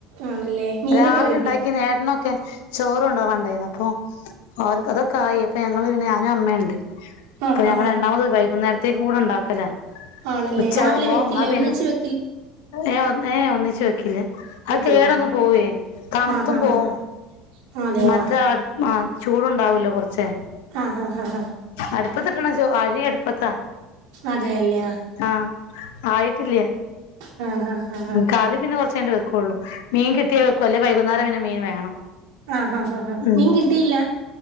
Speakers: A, on the right; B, on the left.
A: ആണല്ലേ മീനൊക്കെ
B: രാവിലെ
A: കിട്ടിയാ
B: ഉണ്ടാക്കി നേട്ടനൊക്കെ ചോറ് കൊണ്ടാകാൻണ്ടായിരുന്നു അപ്പൊ അവർ അതൊക്കെ ആയി അപ്പൊ ഞങ്ങള് പിന്നെ ഞാനും അമ്മയുണ്ട്
A: ആഹ്
B: ഇപ്പൊ ഞങ്ങൾ
A: ആഹ് ആഹ്
B: രണ്ടാമത് വൈകുന്നേര ത്തേക്കും കൂടെ ഉണ്ടാക്കലാ
A: ആണല്ലേ
B: ഉച്ചയാകുമ്പോ
A: രാവിലെ വെക്കില്ലേ
B: എന്നാ പിന്നെ
A: ഒന്നിച്ച് വെ
B: ഏ ഏ ഒന്നിച്ചു വെക്കില്ല
A: വെക്കില്ല
B: അത് കേടന്ന് പോവേ തണുത്തും
A: ആഹ് ആഹ്
B: പോവും
A: ആഹ് അതെയോ
B: മറ്റ ചൂടു ഉണ്ടാവല്ലോ കുറ ച്ചെ
A: ആഹ് ആഹ് ആഹ്
B: അടുപ്പത്തിട്ട്ണ ചോ അരി അടുപ്പത്താ
A: അതെല്ലേ
B: ആ ആയിട്ടില്ല്യ
A: ആഹ് ആഹ് ആഹ്
B: ഉം കറി പിന്നെ കൊറച്ച് കയിഞ്ഞിട്ടേ വെക്കുള്ളൂ മീൻ കിട്ടിയാ വെക്കും അല്ലെ വൈകുന്നേരം പിന്നെ മീൻ വേണം
A: ആഹ ഹ ഹാ
B: ഉം
A: മീൻ കിട്ടിയില്ല